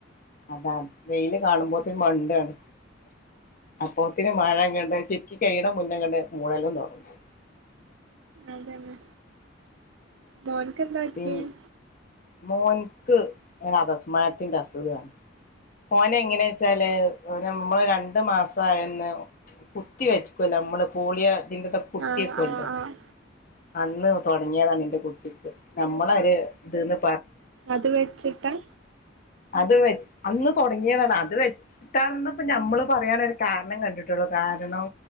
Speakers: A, on the left; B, on the right.
A: അതാണ് വെയില് കാണുമ്പോത്തിന് മണ്ടാണ് അപ്പോത്തിന് മഴ എങ്ങണ്ട് ചെക്കി കഴിയണം മുന്നങ്ങണ്ട് മൂളലും തൊടങ്ങു
B: അതന്നെ മോന്ക്ക് എന്താ പറ്റിയെ-
A: പി മോൻക്ക് അഭസ്മാരത്തിന്റെ അസുഖാണ്- ഓന എങ്ങനെ വെച്ചാല് ഓനെ നമ്മള് രണ്ടു മാസയെന്ന് കുത്തി വെച്ചക്കല്ലോ നമ്മള് പോളിയ- അതിന്റെത കുത്തിയേക്കല്ലോ-
B: ആഹ് ആഹ് ആഹ്
A: അന്ന് തൊടങ്ങിയതാണ് എന്റെ കുട്ടിക്ക് നമ്മളര് ഇതിന്ന്-
B: അത് വെച്ചിട്ടാ-
A: അത് വെ അന്ന് തൊടങ്ങിയതാണ് അത് വെച്ചിട്ടാപ്പോ ഞമ്മള് പറയാനൊരു കാരണം കണ്ടിട്ടുള്ളൂ കാരണം